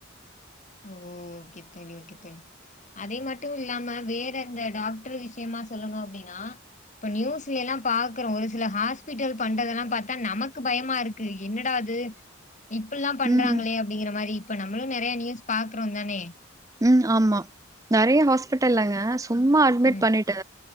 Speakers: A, on the left; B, on the right.
A: ஓ! ஓகே தோழி ஓகே தோழி அதே மட்டும் இல்லாம வேற அந்த டாக்டர் விஷயமா சொல்லணு அப்படின்னா இப்ப நியூஸ்ல எல்லாம் பாக்குறோம் ஒரு சில ஹாஸ்பிட்டல் பண்றதெல்லாம் பாத்தா நமக்கு பயமா இருக்கு என்னடா இது இப்டில்லாம் பண்றாங்களே
B: ம்.
A: அப்படிங்கிற மாதிரி இப்ப நம்மளும் நிறைய நியூஸ் பாக்குறோம் தானே
B: ம் ஆமா நிறைய ஹாஸ்பிட்டல்லங்க சும்மா அட்மிட்
A: ம்
B: பண்ணிட்டு